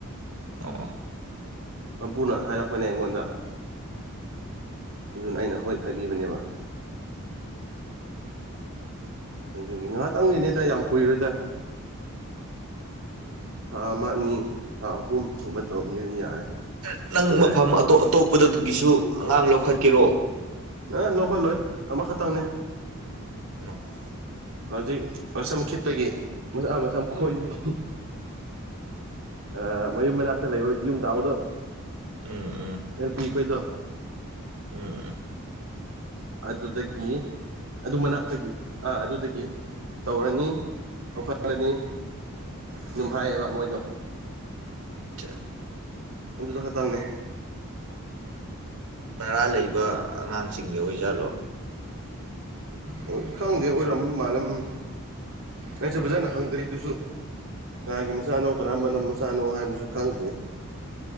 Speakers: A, on the right (about 85°); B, on the right (about 65°).
A: ꯑꯣ ꯑꯣ
B: ꯃꯄꯨꯅ ꯍꯥꯏꯔꯛꯄꯅꯦ ꯑꯩꯉꯣꯟꯗ ꯑꯗꯨꯅ ꯑꯩꯅ ꯍꯣꯏ ꯍꯥꯏꯕꯤꯕꯅꯦꯕ ꯑꯗꯨꯒꯤ ꯉꯍꯥꯛꯇꯪꯒꯤꯅꯤꯗ ꯌꯥꯝ ꯀꯨꯏꯔꯣꯏꯗ ꯊꯥ ꯑꯃ ꯑꯅꯤ ꯊꯥ ꯑꯍꯨꯝ ꯒꯨꯝꯕ ꯇꯧꯕꯤꯔꯗꯤ ꯌꯥꯔꯦ
A: ꯑꯥ ꯅꯪ
B: ꯖꯨꯂꯥꯏ
A: ꯃꯐꯝ
B: ꯑꯥꯒꯁ
A: ꯑꯇꯣꯞ ꯑꯇꯣꯞꯄꯗꯒꯤꯁꯨ
B: ꯁꯦꯞꯇꯦꯝꯕꯔ
A: ꯑꯉꯥꯡ ꯂꯧꯈꯠꯀꯦꯔꯣ
B: ꯅ ꯂꯧꯈꯠꯂꯣꯏ ꯑꯃ ꯈꯛꯇꯪꯅꯦ
A: <unintelligible>
B: ꯍꯧꯖꯤꯛ ꯑꯔꯁꯝꯈꯤꯠꯇꯒꯤ ꯃꯁꯥꯅ‌ ꯃꯁꯝ ꯐꯣꯏꯕꯒꯤ ꯑꯥ ꯃꯌꯨꯝ ꯃꯅꯥꯛꯇ ꯂꯩꯕ ꯌꯨꯝ ꯇꯥꯕꯗꯣ
A: ꯎꯝ ꯎꯝ
B: ꯑꯦꯜ ꯄꯤ ꯈꯣꯏꯗꯣ
A: ꯎꯝ ꯎꯝ
B: ꯑꯗꯨꯗꯒꯤ ꯑꯗꯨ ꯃꯅꯥꯛꯇꯒꯤ ꯑꯥ ꯑꯗꯨꯗꯒꯤ ꯇꯧꯔꯅꯤ ꯂꯧꯈꯠꯂꯅꯤ ꯑꯗꯨꯝ ꯍꯥꯏꯌꯦꯕ ꯃꯣꯏꯗꯣ
A: ꯆꯠ
B: ꯑꯗꯨꯗꯣ ꯈꯇꯪꯅꯦ
A: ꯚꯔꯥ ꯂꯩꯕ ꯑꯉꯥꯡꯁꯤꯡꯗ ꯑꯣꯏꯖꯥꯠꯂꯣ
B: ꯑꯣꯏ ꯈꯪꯗꯦ ꯑꯣꯏꯔꯝ ꯃꯥꯅ ꯎꯝ ꯑꯩꯖꯨ ꯐꯖꯅ ꯍꯪꯗ꯭ꯔꯤ ꯑꯗꯨꯖꯨ ꯀꯅꯥꯒꯤ ꯃꯆꯥꯅꯣ ꯀꯔꯝꯕꯅ ꯃꯆꯥꯅꯣ ꯍꯥꯏꯕꯖꯨ ꯈꯪꯗ꯭ꯔꯤ